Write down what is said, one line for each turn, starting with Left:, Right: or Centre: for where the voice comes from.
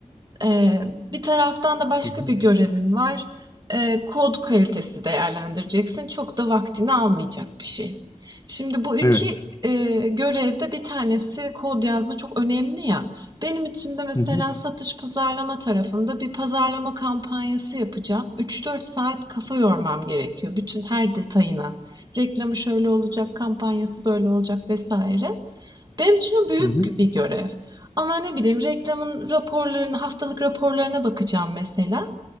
Right: Eee, bir taraftan da başka
Left: Hı hı.
Right: bir görevin var. Eee, kod kalitesi değerlendireceksin. Çok da vaktini almayacak bir şey. Şimdi bu iki
Left: Evet.
Right: eee, görevde bir tanesi kod yazma çok önemli ya. Benim için de mesela
Left: Hı hı.
Right: satış pazarlama tarafında bir pazarlama kampanyası yapacağım. 3-4 saat kafa yormam gerekiyor bütün her detayına. Reklamı şöyle olacak, kampanyası böyle olacak vesaire. Benim için o büyük
Left: Hı hı.
Right: bir görev. Ama ne bileyim reklamın raporlarına, haftalık raporlarına bakacağım mesela.